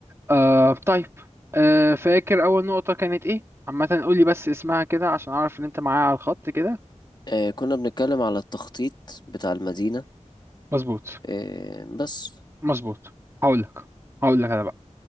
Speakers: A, on the right; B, on the left.
A: آه طيب آه فاكر أول نقطة كانت إيه؟ عامة قولي بس اسمها كده عشان أعرف إن أنت معايا على الخط كده
B: آه، كنا بنتكلم على التخطيط بتاع المدينة
A: مظبوط
B: آه، بس
A: مظبوط هقولك هقولك أنا بقى